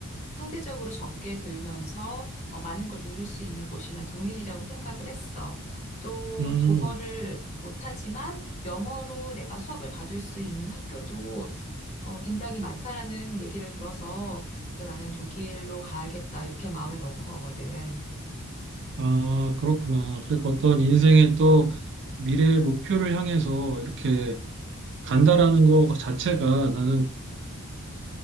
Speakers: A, on the left; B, on the right.
A: 상대적으로 적게 들면서 어, 많은 걸 누릴 수 있는 곳이나 동일이라고 생각을 했어. 또
B: 음.
A: 독어를 못하지만 영어로 내가 수업을 받을 수 있는 학교도 어, 굉장히 많다라는 얘기를 들어서 그 나는 독일로 가야겠다 이렇게 마음을 먹은 거거든.
B: 아, 그렇구나. 그러니까 어떤 인생의 또 미래의 목표를 향해서 이렇게 간다라는 것 자체가 나는